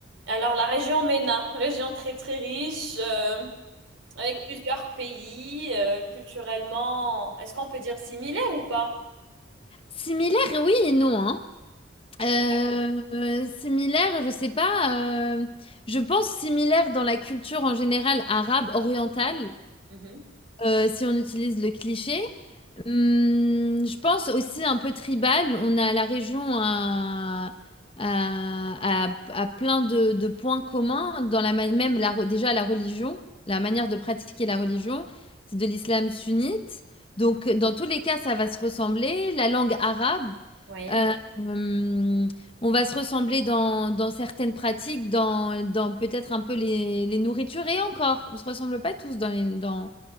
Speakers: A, on the right; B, on the left.
A: Alors, la région MENA, région très très riche, euh, avec plusieurs pays, euh, culturellement, est-ce qu'on peut dire similaire ou pas?
B: Similaire, oui et non, hein. Euh,
A: C'est vrai
B: euh, similaire, je sais pas. euh, je pense similaire dans la culture en général arabe, orientale,
A: Mhm.
B: euh, si on utilise le cliché. Hum, je pense aussi un peu tribal. On a la région à, à, à- à plein de, de points communs, dans la, ma- même la, re- déjà la religion, la manière de pratiquer la religion, c'est de l'islam sunnite. Donc, dans tous les cas, ça va se ressembler. La langue arabe,
A: Oui,
B: euh, hum, on va se ressembler dans, dans certaines pratiques, dans, dans peut-être un peu les, les nourritures et encore, on se ressemble pas tous dans les, dans